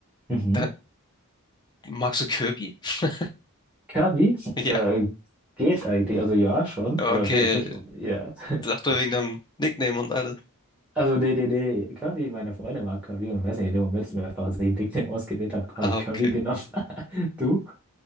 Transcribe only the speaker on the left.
da, magst du Kirby? <laughs>
Ja,
okay.
Sag doch wegen deinem Nickname und alles.
Ah,
okay.